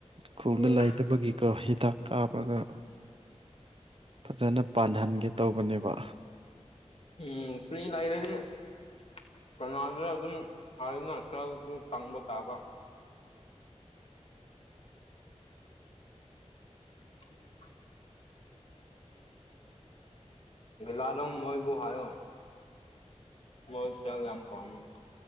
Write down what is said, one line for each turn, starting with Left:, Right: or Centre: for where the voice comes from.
Right: ꯈꯨꯜꯗ
Left: ꯎꯝ
Right: ꯂꯩꯇꯕꯒꯤ ꯀ꯭ꯔꯣ ꯍꯤꯗꯥꯛ ꯀꯥꯞꯔꯒ ꯐꯖꯅ ꯄꯥꯟꯍꯟꯒꯦ ꯇꯧꯕꯅꯦꯕ
Left: ꯍꯌꯦꯡ ꯐ꯭ꯔꯤ ꯂꯩꯔꯥꯗꯤ <unintelligible> ꯇꯪꯕ ꯇꯥꯕ <inaudible> <unintelligible> ꯃꯣꯏꯕꯨ ꯍꯥꯏ <unintelligible> ꯃꯣꯏ ꯁꯦꯜ ꯌꯥꯝ ꯄꯥꯝ <unintelligible>